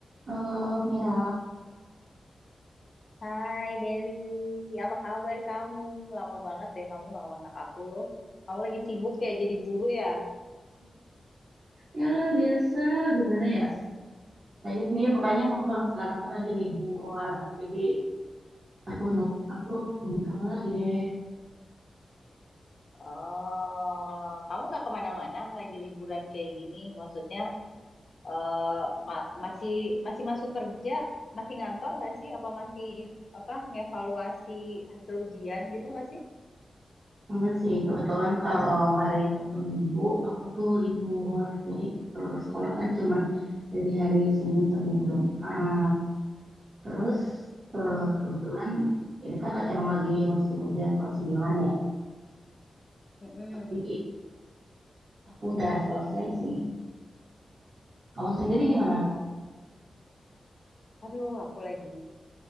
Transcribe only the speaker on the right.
Halo, Mira.
Yalah biasa, gimana ya? Ya ini makanya mumpung sekarang kan lagi libur. Jadi aku nol, aku temen kamu lagi deh.
Enggak sih, kebetulan kalau hari Sabtu Minggu aku tuh libur. Jadi kalau sekolah kan cuman dari hari Senin sampai Jumat. Terus
eh, kebetulan ini kan lagi- emang lagi musim hujan kelas 9 ya.
Tapi aku udah selesai sih. Kamu sendiri
gimana?